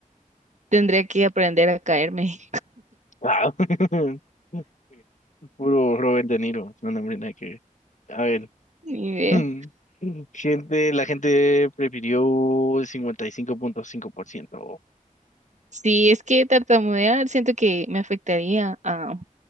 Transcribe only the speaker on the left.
Wow. <laughs> Puro Robert De Niro. No, no, hombre, nada que ver. A ver.
<laughs> Gente, la gente prefirió el 55.5%.